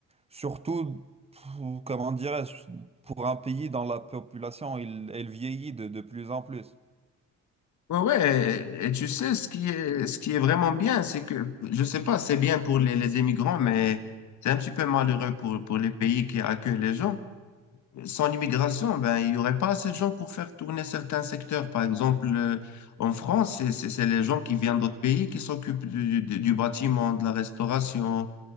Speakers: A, on the right; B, on the left.
A: Surtout, pour- comment dirais-je, pour un pays dans la population, il, elle vieillit de, de plus en plus.
B: Ouais, ouais, et et tu sais, ce qui est, ce qui est vraiment bien, c'est que, je sais pas, c'est bien pour les, les immigrants, mais c'est un petit peu malheureux pour, pour les pays qui accueillent les gens. Sans l'immigration, ben, il y aurait pas assez de gens pour faire tourner certains secteurs. Par exemple, euh, en France, c'est c'est- c'est les gens qui viennent d'autres pays qui s'occupent du, du, du bâtiment, de la restauration.